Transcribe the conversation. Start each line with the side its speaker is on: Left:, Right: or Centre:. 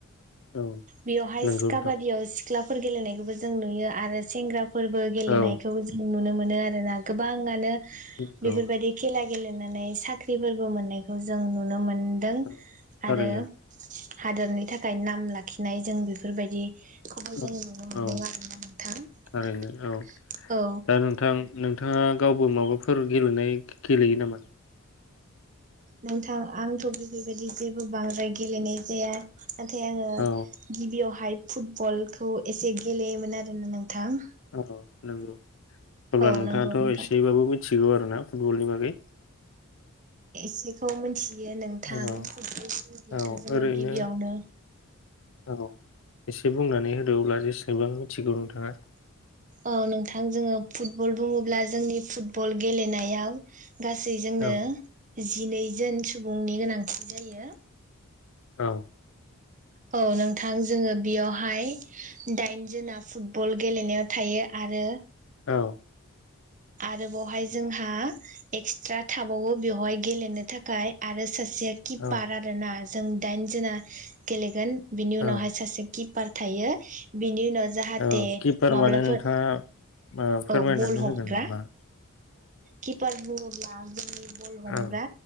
Left: औ
Right: बेवहाय
Left: नंगौ नोंथां
Right: काबादियाव <unintelligible> सिख्लाफोर गेलेनायखौबो जों नुयो आरो सेंग्रा <unintelligible> गेलेनायखौ
Left: औ
Right: जों नुनो मोनो। मोनो आरोना गोबाङानो
Left: नंगौ
Right: बेफोरबायदि खेला गेलेनानै साख्रिफोरबो मोननायखौ जों नुनो मोनो। मोन्दों
Left: औ थारैनो
Right: आरो हादरनि थाखाय नाम लाखिनाय जों बेफोरबायदि। <unintelligible> जोङो
Left: औ
Right: नुनो मोनदों
Left: औ
Right: आरोना नोंथां
Left: थारैनो औ
Right: औ।
Left: दा नोंथां नोंथाङा गावबो माबाफोर गेलेनाय गेलेयो नामा?
Right: नोंथां आंथ' बेफोरबायदि जेबो बांद्राय गेलेनाय जाया। नाथाय आङो
Left: औ
Right: गिबियावहा <unintelligible> फुटबलखौ एसे गेलेयोमोन आरोना नोंथां।
Left: औ नंगौ। अब्ला
Right: औ
Left: नोंथाङाथ'
Right: नंगौ नोंथां,
Left: एसेबाबो मिथिगौ आरोना फुटबलनि बागै
Right: एसेखौ मिथियो नोंथां
Left: औ
Right: फुटबल बुङोब्लाथ'
Left: औ
Right: जोङो
Left: ओरैनो
Right: गिबियावनो
Left: औ एसे बुंनानै होदो अब्ला जिस सेबां मिथिगौ नोंथाङा।
Right: औ नोंथां जोङो फुटबल बुङोब्ला जोंनि फुटबल गेलेनायाव गासै जोंनो
Left: औ
Right: जिनैजोन सुबुंनि गोनांथि जायो।
Left: औ।
Right: औ नोंथां जोङो बेयावहाय दाइनजोना फुटबल गेलेनायाव थायो आरो
Left: औ।
Right: आरो बावहाय जोंहा एक्सट्रा थाबावो बेवहाय गेलेनो थाखाय आरो सास से खिपार
Left: औ
Right: आरो ना जों दाइनजोना गेलेगोन बिनि उनावहाय
Left: औ
Right: सासे गित पार थायो बिनि उनाव जाहाथे
Left: औ किपार
Right: माब्लाफोर
Left: माने नोंथाङा ओ फोरमायनानै
Right: औ बल
Left: ओ
Right: हमग्रा
Left: होगोन नामा?
Right: किपार बुङोब्ला जोंनि बल हमग्रा
Left: औ